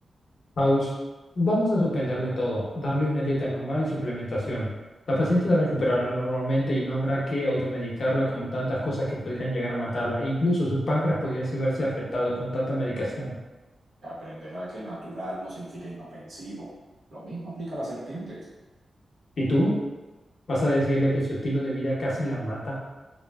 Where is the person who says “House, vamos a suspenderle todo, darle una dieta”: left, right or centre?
Left